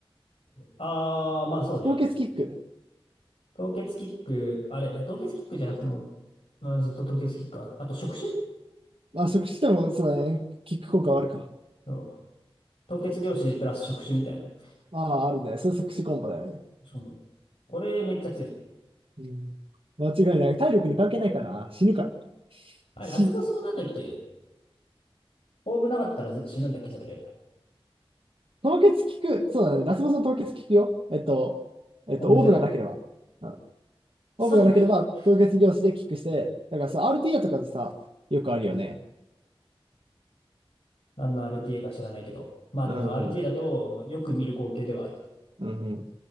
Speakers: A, on the left; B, on the right.
A: ああー、まあそうね。
B: 凍結キック。
A: 凍結キック、あれ、え凍結キックじゃなくても、まあ、そうと凍結キックか。あと触手
B: まあ、即死でも、そうだね。キック効果はあるか。
A: そう。凍結業種プラス触手みたいな。
B: ああ、あるね。それ即死コンボだよね。
A: そう。これめっちゃ強い。
B: うん。間違いない。体力に関係ないかな。死ぬから。
A: あれ、
B: 死。
A: ラスボスもなんだっけオーブなかったらず死ぬんだっけそれで。
B: 凍結キック。そうだね。ラスボスの凍結キックよ。えっと、えっと、
A: オーブゼロ。
B: オーブがなければ。うん
A: 3も効くね。
B: オーブがなければ凍結量子でキックして、だからさ、RTA とかでさ、よくあるよね。
A: 何の RTA か知らないけど。まあでもその
B: うん。
A: RTA だと、まあ、よく見る光景ではある。
B: うん。